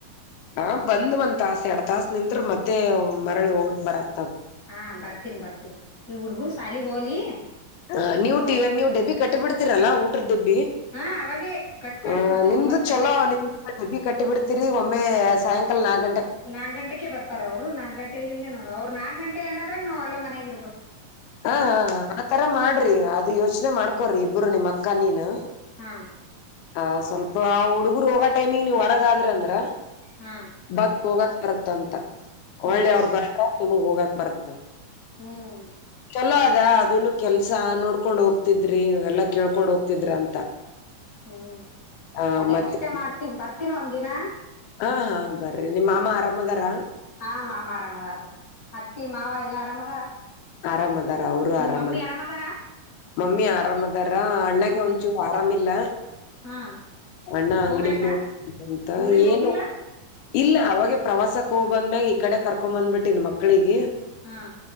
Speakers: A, on the left; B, on the left.
A: ನಾನ್ ಬಂದ್ ಒಂದ್ ತಾಸ್ ಎರಡ್ ತಾಸ್ ನಿಂತ್ರೆ ಮತ್ತೆ ಮರಳಿ ಹೋಗಕ್ ಬರಲ್
B: ಹಾ ಬರ್ತೀನ್ ಬರ್ತನ್ ಈ ಹುಡ್ಗರ್ ಸಾಲಿಗ್ ಹೋಲಿ.
A: ಹ ನೀವು
B: ಹೋಗಣ
A: ಟಿನೀವ್ ಡೆಬ್ಬಿ ಕಟ್ಟಿ ಬಿಡ್ತಿರಲ್ಲಾ ಊಟ್ರ ಡೆಬ್ಬಿ.
B: ಹಾ ಅವಾಗೇ ಕಟ್ ಕಳಿಸ್ಬಿಡ್ತೀವಿ
A: ಹ ನಿಮ್ದು
B: ಒಂಬತ್
A: ಚಲೋ
B: ಗಂಟೆಕ್
A: ನಿಮ್ ಡಬ್ಬಿ ಕಟ್ಟಿ ಬಿಡ್ತಿರಿ ಒಮ್ಮೆ ಸಾಯಂಕಾಲ ನಾಗ್
B: ನಾಕ್ ಗಂಟೆ ಬರ್ಾರ ಅವ್ರು ನಾಕ್ ಗಂಟೆಯಲ್ಲಿಿಂದ ನೋಡು ಅವರು ನಾಕಕ್ ಗಂಟೆಏನದ್ರ ನಾವ್ ಎಲ್ಲ ಮನಗ ಇರ್ಬಬೇಕ. ಓಕ್
A: ಹಾ ಹಾ ಆತರ ಮಾಡ್ರಿ ಅದು ಯೋಚನೆ ಮಾಡ್ಕೊರಿ ಇಬ್ಬರು ನಿಮ್ಮ ಅಕ್ಕ ನೀನು.
B: ಹ್ಂ
A: ಹ ಸ್ವಲ್ಪ ಹುಡುಗರು ಹೋಗ ಟೈಮಿಂಗ ನೀವ್ ಹೊರಗಾದ್ರ ಅಂದ್ರ.
B: ಹಾ
A: ಬತ್ ಹೋಗಕ್ ಬರುತಂತ.
B: ಹೌದೌದು
A: ಒಳ್ಳಿ ಅವ್ರ ಬ್ರ ನಿಮಗ್ ಹೋಗಕ್ ಬರತ್ತ.
B: ಹ್ಮ್
A: ಚಲೋ ಅದ ಅದನು ಕೆಲ್ಸ ನೋಡ್ಕೊಂಡ್ ಹೋಗ್ತಿದ್ರಿ ಎಲ್ಲಾ ಕೇಳ್ಕೊಂಡ್ ಹೋಗ್ತಿದ್ರ ಅಂತ.
B: ಹ್ಮ್
A: ಆ
B: ಅದೇ
A: ಮತ್ತೆ
B: ಅಷ್ಟೇ ಮಾಡ್ತಿನ್ ಬರ್ತೀನ್ ಒಂದ್ ದಿನ.
A: ಹಾ ಹಾ ಬರ್ರಿ ನಿಮ್ಮ ಮಾಮ್ಮ ಆರಾಮದಾರ.
B: ಹಾ ಮಾಮ ಆರಾಮ್ ಅದಾರ ಅತ್ತಿ ಮಾವ ಎಲ್ಲಾ ಆರಾಮ
A: ಆರಾಮ ಅದಾರ ಅವರು ಆರಾಮದ.
B: ಮಮ್ಮಿ ಆರಾಮದಾರ
A: ಮಮ್ಮಿ ಆರಾಮದಾರ ಅಣ್ಣಗೆ
B: ಹ್ಮ್
A: ಒಂಚೂರ್ ಆರಾಮಿಲ್ಲ.
B: ಹಾ
A: ಅಣ್ಣ ಅಂಗಡಿಗ್ನು
B: ಹೋಗ್ಬೇಕಾ
A: ಅಂತ
B: ಊರಿಗ್ ಹೋಗಿಲ್ಲ
A: ಏನು. ಇಲ್ಲ ಅವಾಗೆ ಪ್ರವಾಸಕ್ಕೆ ಹೋಗ್ ಬಂದ್ಮ್ಯಾಗ ಈ ಕಡೆ ಕರ್ಕೊ ಬಂದ್ಬಿಟ್ಟಿನ್ ಮಕ್ಳಿಗೆ.
B: ಹಾ